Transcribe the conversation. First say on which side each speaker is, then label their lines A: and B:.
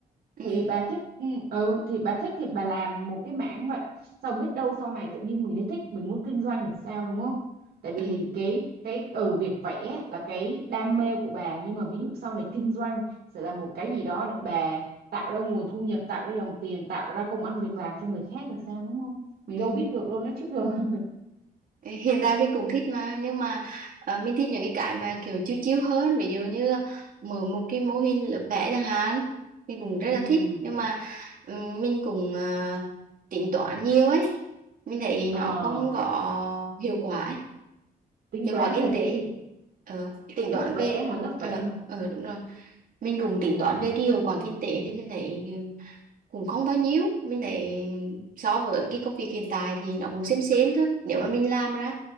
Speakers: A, on the right; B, on the right.
A: Ừ.
B: Thì bà thích, ừ, ừ, thì bà thích thì bà làm một cái mảng vậy. Xong biết đâu sau này tự nhiên mình lại thích, mình muốn kinh doanh thì sao đúng không? Tại vì
A: Ừ.
B: cái cái ừ, việc vẽ là cái đam mê của bà nhưng mà ví dụ sau này kinh doanh sẽ là một cái gì đó để bà tạo ra nguồn thu nhập, tạo ra dòng tiền, tạo ra công ăn việc làm cho người khác thì sao đúng không? Mình
A: Ừ.
B: đâu biết được đâu nói trước được. <laughs>
A: hiện tại mình cũng thích mà nhưng mà ờ, mình thích những cái cái mà kiểu chiếu chiếu hơn ví dụ như mở một cái mô hình lớp vẽ chẳng hạn mình cũng rất là
B: Ừ,
A: thích nhưng mà ừm, mình cũng ờ, tính toán nhiều ấy mình thấy
B: ờ,
A: nó không có hiệu quả ấy.
B: tính
A: hiệu
B: toán
A: quả kinh
B: về
A: tế
B: cái gì?
A: Ờ, tính
B: Lớp
A: toán về
B: vẽ hả? Lớp
A: ờ
B: vẽ hả?
A: ờ, đúng rồi mình cũng tính toán về cái hiệu quả kinh tế thì mình thấy cũng không bao nhiêu mình thấy so với cái công việc hiện tại thì nó cũng xem xem thôi nếu mà mình làm ra